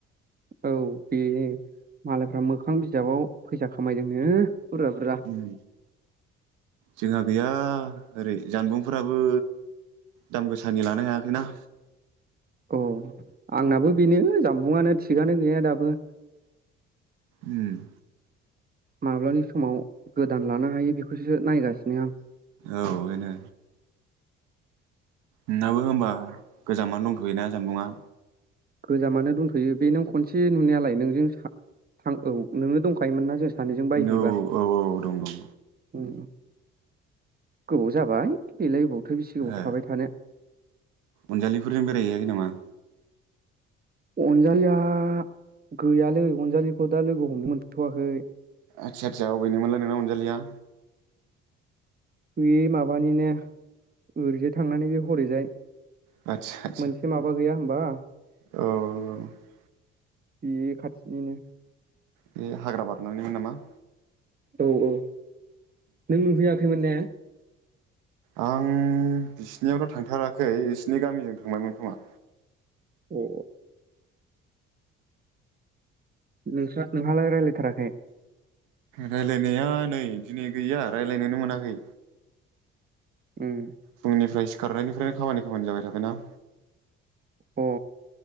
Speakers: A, on the right; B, on the right.
A: औ बेनो मालायफ्रा मोखां बिजाबाव फैसा खामायदोंनो बुरजा बुरजा लांदां
B: उम जोंहा गैया ओरै जानबुंफोराबो दाम गोसानि लानो हायाखैना
A: औ आंनाबो बेनो जानबुंआनो थिगानो गैया दाबो
B: उम
A: माब्लानि समाव गोदान लानो हायो बेखौसो नायगासिनो आं
B: औ बेनो नोंनाबो होमबा गोजामानो दंथ'योना जानबुंआ
A: गोजामानो दंथ'यो बे नों खनसे नुनायालाय नोंजों थां औ नोंनो दंखायोमोन ना जों सानैजों बायहैबा
B: औ औ औ दं दं
A: उम गोबाव जाबाय बेलाय बबावथो बेसे गोबाव
B: ए
A: थाबाय थानो
B: अनजालिफोरजों बेरायहैयाखै नामा
A: अनजालिया गैयालै अनजालिखौ दा लोगो हमनो मोनथ'वाखै
B: आदसा आदसा अबेनिमोनलाय नोङो अनजालिया?
A: बे माबानिनो ओरैजाय थांनानै बे हरैजाय
B: आदसा आदसा
A: मोनसे माबा- बा गैया होमबा
B: औ नंगौ
A: बे खाथिनिनो
B: बे हाग्रा बारनानैमोन नामा
A: औ औ नों नुहैयाखैमोन ने
B: आं बिसिनियावथ' थांथाराखै बिसिनि गामिजों थांबायमोन खोमा
A: अ नोंसा नोंहालाय रायज्लायथाराखै?
B: रायज्लायनाया नै दिनै गैया रायज्लायनोनो मोनाखै।
A: उम।
B: फुंनिफ्राय सिखारनायनिफ्रायनो खामानि खामानि जाबाय थागोन ना।
A: अ